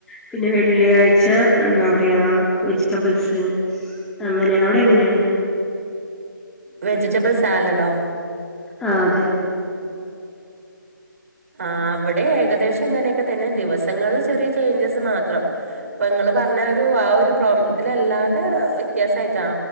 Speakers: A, in the centre; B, on the right.
A: പിന്നെ വെള്ളിയാഴ് ച്ച എന്താ പറയാ വെജിറ്റബിൾസ് അങ്ങനെയ അവിടെ എങ്ങനെയാ?
B: വെജിറ്റബിൾ സാലഡോ
A: ആഹ് അതെ
B: ആ അവിടെ ഏകദേശം ഇങ്ങനെയൊക്കെ തന്നെ ദിവസങ്ങളില് ചെറിയ ചേഞ്ചസ് മാത്രം. ഇപ്പൊ നിങ്ങള് പറഞ്ഞ ഒരു ആ ഒരു പ്ര ഇതല്ലാതെ വ്യത്യാസായിട്ടാ